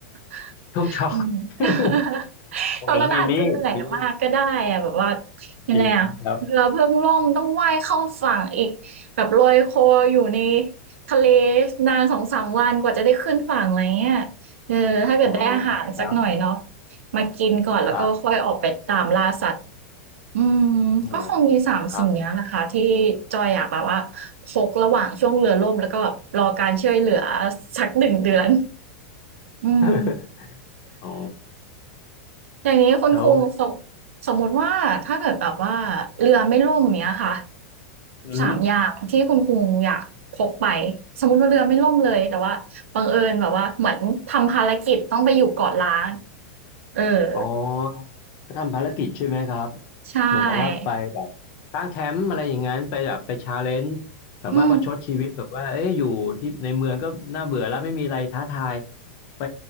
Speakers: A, on the right (about 80°); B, on the left (about 35°).
A: <laughs>
B: ช่วงช็อก
A: อืม
B: <laughs>
A: <laughs>
B: โอ้เดี๋ยวมีมีดมี
A: ตอนนั้นอาจจะเหนื่อยมากก็ได้อะแบบว่ายังไงอะเรือเพิ่งล่มต้องว่ายเข้าฝั่งอีกแบบลอยคออยู่ใน
B: จริงครับ
A: ทะเลนานสองสามวันกว่าจะได้ขึ้นฝั่งอะไรเงี้ยเออถ้าเกิดได้อาหารสักหน่อยเนาะ
B: อ๋อครับ
A: มากินก่อนแล้วก็ค่อยออกไปตามล่าสัตว์
B: ครับ
A: อืมก็คงมีสามสิ่งเนี้ยนะคะที่
B: อ๋อครับ
A: จอยอยากแบบว่าพกระหว่างช่วงเรือล่มแล้วก็แบบรอการช่วยเหลือสักหนึ่งเดือนอืม
B: <laughs> อ๋อ
A: อย่างนี้คุณครูสม
B: แล้ว
A: สมมติว่าถ้าเกิดแบบว่าเรือไม่ล่มเนี้ยค่ะ
B: อืม
A: สามอย่างที่คุณครูอยากพกไปสมมติว่าเรือไม่ล่มเลยแต่ว่าบังเอิญแบบว่าเหมือนทำภารกิจต้องไปอยู่เกาะล้างเออ
B: อ๋อก็ทำภารกิจใช่ไหมครับ
A: ใช่
B: เหมือนกับว่าไปแบบตั้งแคมป์อะไรอย่างนั้นไปแบบไปชาเลนจ์แบบว่าประชดชีวิตแบบว่าเอ๊ะอยู่ที่ในเมืองก็น่าเบื่อแล้วไม่มีอะไรท้าทาย
A: อืม
B: ไป